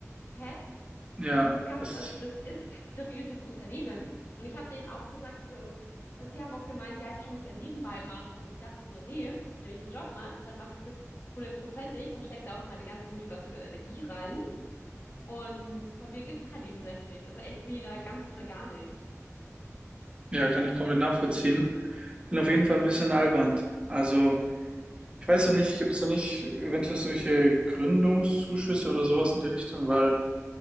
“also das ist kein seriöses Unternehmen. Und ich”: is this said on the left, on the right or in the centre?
Left